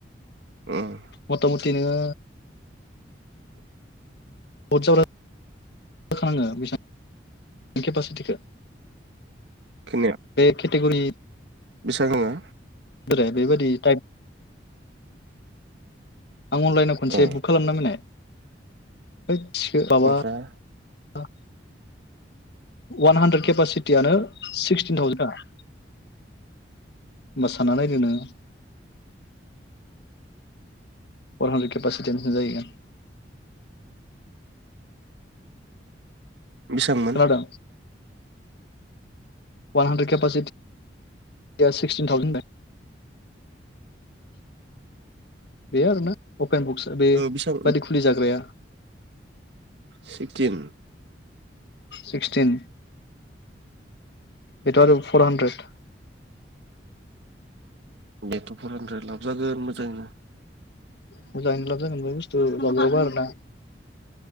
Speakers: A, on the right; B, on the left.
A: उम
B: मथा मथि नोङो बत जावखाङो बे केपासिटिखौ
A: खोनाया
B: खेटेगुरि
A: बेसांहोआ
B: बोरो बेबायाददि थायफ आं अनलाइनाव खनसे
A: अ
B: बुक खालामना होनाय होथ थिखो माबा
A: ओमफ्राय
B: ओं अवान हान्द्रेड केपासिटियानो सिक्सटिन थावजेन आ होमबा सानना नायदोनो नोंङो फर हानद्रेद केपाससिथिया बेसां जाहैगोन
A: बेसांमोन
B: खोनादों वान हान्ड्रेड केपटिक्सटिज <unintelligible> बे आरोना अपेन बक्सआ बेबादि
A: ओ बेसां
B: खुलि जाग्राया
A: सिक्टिन
B: सिक्सटिन बेथ फर हान्ड्रेड
A: बेथ' फरहानद्रेथ लाबजागोन मोजाङैनो
B: मोजां लाब जागोनुथु आरो ना